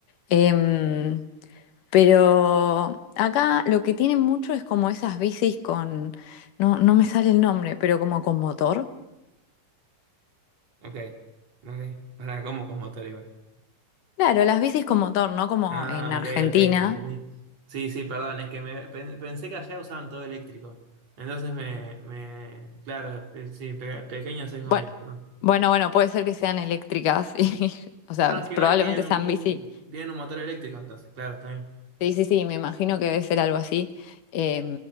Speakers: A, on the left; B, on the right.
A: Em, pero acá lo que tienen mucho es como esas bicis con, no, no me sale el nombre, pero como con motor.
B: Ok, ok. Para, ¿cómo con motor igual
A: Claro, las bicis con motor, no como
B: Ah,
A: en Argentina.
B: ok, ok, ya entendí. Sí, sí, perdón, es que me, pen- pensé que allá usaban todo eléctrico. Entonces me, me, claro, eh, sí, pe- pequeño sesgo
A: Bueno,
B: mío, perdón.
A: bueno, bueno, puede ser que sean eléctricas, <laughs> y, o sea,
B: No, es que igual
A: probablemente
B: tienen un,
A: sean
B: un-
A: bici
B: tienen un motor eléctrico, entonces, claro, está bien.
A: Sí, sí, sí, me imagino que debe ser algo así. Eh,